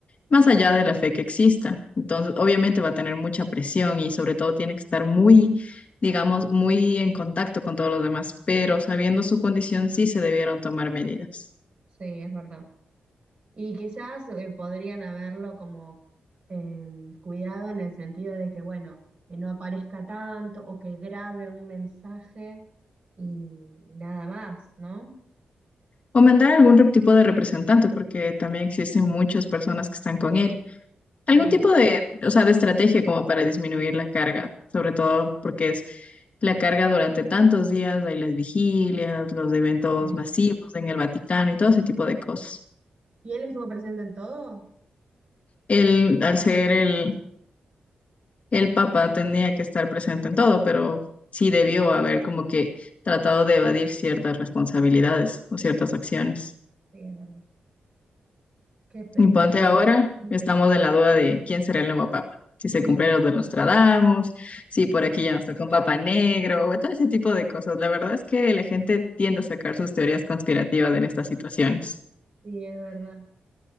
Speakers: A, on the left (about 45°); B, on the right (about 50°).
A: más allá de la fe que exista. Entonces, obviamente va a tener mucha presión y sobre todo tiene que estar muy, digamos, muy en contacto con todos los demás, pero sabiendo
B: sí,
A: su condición sí se debieron tomar medidas.
B: sí, es verdad. Y quizás eh, podrían haberlo como em, cuidado en el sentido de que, bueno, que no aparezca tanto o que grabe un mensaje y nada más, ¿no?
A: O mandar algún re- tipo de representante, porque también existen muchas personas que están con él. Algún
B: Sí,
A: tipo de, o sea, de estrategia como para disminuir la carga, sobre todo porque es la carga durante tantos días, hay las vigilias, los eventos
B: sí.
A: masivos en el Vaticano y todo ese tipo de cosas.
B: ¿Y él estuvo presente en todo?
A: El, al ser el, El Papa tenía que estar presente en todo, pero sí debió haber como que tratado de evadir ciertas responsabilidades o ciertas acciones.
B: Sí, es verdad. Qué pena.
A: Y ponte ahora,
B: La verdad.
A: estamos en la duda de quién será el nuevo Papa. Si se
B: <laughs>
A: cumplieron los de Nostradamus, si por aquí ya nos tocó un Papa negro, o todo ese tipo de cosas. La verdad es que la gente tiende a sacar sus teorías conspirativas en estas situaciones.
B: Sí, es verdad.